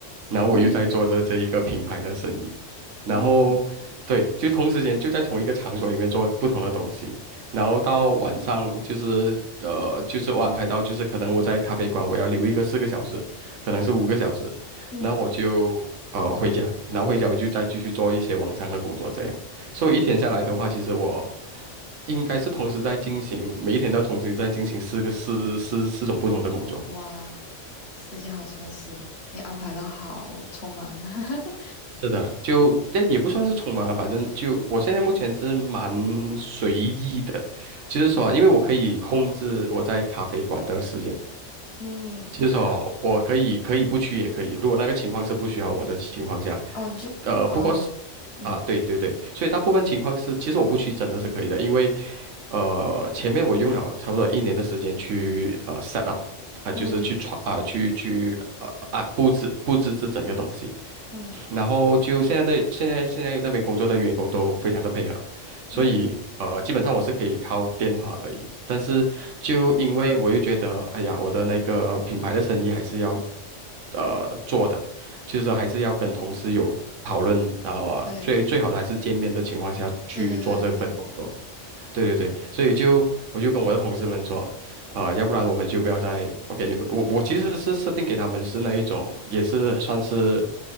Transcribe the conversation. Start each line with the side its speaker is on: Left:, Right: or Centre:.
Right: 然后我又在做着这一个品牌的生意，
Left: 嗯
Right: 然后对，
Left: 嗯
Right: 就同时间就在同一个场所里面做不同的东西，然后到晚上就是呃就是我安排到就是可能我在咖啡馆我要留一个四个小时，可能是五个小时，
Left: 嗯，
Right: 然后我就呃回家，然后回家我就再继续做一些网上的工作这样。所以一天下来的话，其实我应该是同时在进行，每一天都同时在进行四个四四四种不同的工作。
Left: 哇，时间好充实，你安排的好匆忙。<laughs>
Right: 是的，就但也不算是匆忙啊，反正就我现在目前是蛮随意的，就是说，因为我可以控制我在咖啡馆的时间。
Left: 嗯。
Right: 就是说，我可以可以不去也可以，如果那个情况是不需要我的情况下，
Left: 哦，你就哦，
Right: 呃，不过是
Left: 嗯
Right: 啊，对对对，所以大部分情况是，其实我不去真的是可以的，因为呃，前面我用了差不多一年的时间去呃 set up 啊、就是去传啊、
Left: 嗯
Right: 去去呃啊布置布置这整个东西，
Left: 嗯
Right: 然后就现在的现在现在那边工作的员工都非常的配合。所以呃，
Left: 嗯，
Right: 基本上我是可以靠电话而已。但是就因为我又觉得，哎呀，我的那个品牌的生意还是要呃做的，就是说还是要跟同事有讨论，然后啊，
Left: 对
Right: 最最好的还是见面的情况下去做这份工作。
Left: 对对对对对，嗯
Right: 对对对，所以就我就跟我的同事们说，呃，要不然我们就不要再 OK，你们我我其实是设定给他们是那一种，也是算是